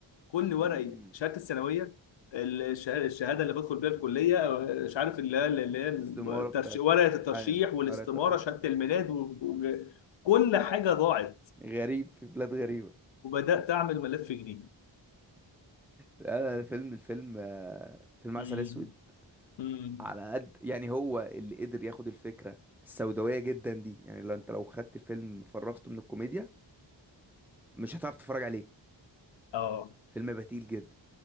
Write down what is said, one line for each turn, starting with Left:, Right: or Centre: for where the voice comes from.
Left: كل
Centre: مم.
Left: ورقي شهاده الثانويه الشه- الشهاده اللي بدخل بيها الكليه أو مش عارف اللي هي اللي هي الترشي-
Centre: استمارة بتاعت
Left: ورقه الترشيح
Centre: ايوه
Left: والاستماره
Centre: ورقة ترشيح
Left: شهاده الميلاد و- و- كل حاجه ضاعت
Centre: غريب في بلاد غريبة
Left: وبدات اعمل ملف جديد
Centre: لا لا الفيلم الفيلم آه، فيلم عسل
Left: امم
Centre: اسود
Left: امم
Centre: على قد يعني هو اللي قدر ياخد الفكرة السوداوية جدا دي يعني لو انت لو خدت الفيلم فرغته من الكوميديا مش هتعرف تتفرج عليه
Left: اه
Centre: فيلم بتيل جدا